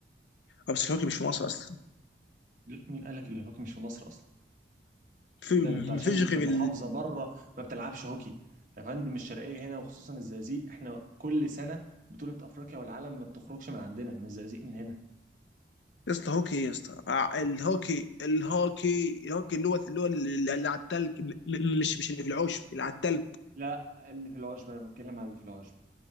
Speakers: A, on the left; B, on the right.
A: آه، بس الهوكي مش في مصر اصلا
B: لا مين قال لك ان الهوكي مش في مصر اصلا؟
A: في
B: ده انت عشان
A: مفيش
B: في
A: غير
B: محافظه بره ما بتلعبش هوكي يا فندم الشرقيه هنا وخصوصا الزقازيق احنا كل سنه بطوله افريقيا والعالم ما بتخرجش من عندنا من الزقازيق من هنا
A: يا اسطى هوكي ايه يا اسطى آه، الهوكي الهوكي الهوكي اللي هو اللي هو اللي اللي على التلج م- م- مش مش اللي في العشب اللي على التلج
B: لا اللي في العشب انا بتكلم على اللي في العشب